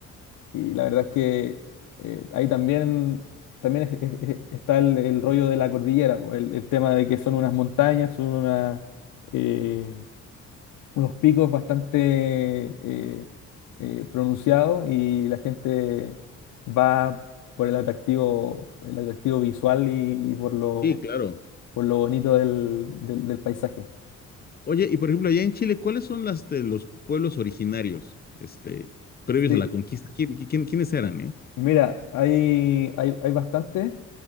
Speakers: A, on the left; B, on the left.
A: y la verdad es que eh, ahí también, también es- es- es- está el, el rollo de la cordillera, po, el, el tema de que son unas montañas, son unas eh, unos picos bastante eh, eh, pronunciados y la gente va por el atractivo, el atractivo visual y, y por lo,
B: Sí, claro.
A: por lo bonito del, del- del paisaje.
B: Oye, y por ejemplo, allá en Chile, ¿cuáles son las de los pueblos originarios, este, previos
A: Sí,
B: a la conquista? ¿Quién- quién- quiénes eran, eh?
A: mira, hay, hay, hay bastantes,